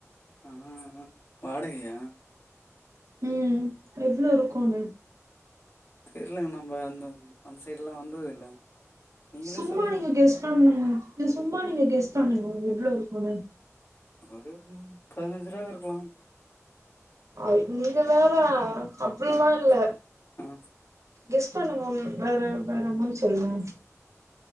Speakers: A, on the left; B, on the right.
A: அ அ அ வாடகையா
B: ம் எவ்ளோ இருக்குண்ண
A: தெர்லங்க நம்ம அந்த அந் சைட்லா வந்தது இல்ல நீங்களே
B: சும்மா
A: சொல்லுங்களே
B: நீங்க கெஸ் பண்ணுங்க நீ சும்மா நீங்க கெஸ் பண்ணுங்கோ எவ்ளோ இருக்கும்னு
A: ஒரு ம் பதினஞ்சு ருவா இருக்கலாம்
B: அய் நீங்க வேற அப்புட்லா
A: ஆ
B: இல்ல
A: ஆ
B: கெஸ் பண்ணுங்க ம் வேற வேற மாரி சொல்லுங்க